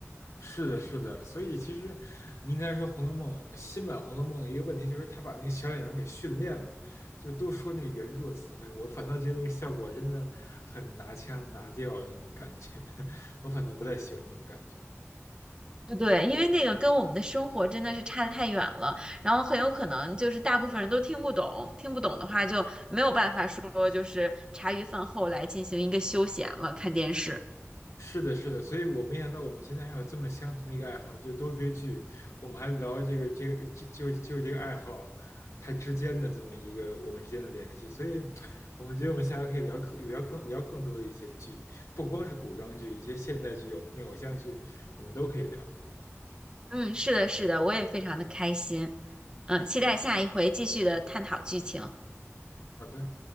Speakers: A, on the left; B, on the right.
A: 是的，是的，所以其实你应该说《红楼梦》新版《红楼梦》的一个问题就是，他把那个小演员给训练了，就都说那个原著词汇，我反倒觉得那个效果真的很拿腔拿调的那种感觉，<laughs> 我反倒不太喜欢那种感觉。
B: 对，因为那个跟我们的生活真的是差得太远了，然后很有可能就是大部分人都听不懂，听不懂的话就没有办法说就是茶余饭后来进行一个休闲了，看电视。
A: 是的，是的，所以我没想到我们今天还有这么相同一个爱好，就都追剧。我们还聊这个这个就就就这个爱好，它之间的这么一个我们之间的联系。所以，我们觉得我们下回可以聊更聊更聊更多的一些剧，不光是古装剧，一些现代剧、有那偶像剧，我们都可以聊。
B: 嗯，是的，是的，我也非常的开心。嗯，期待下一回继续的探讨剧情。
A: 好的。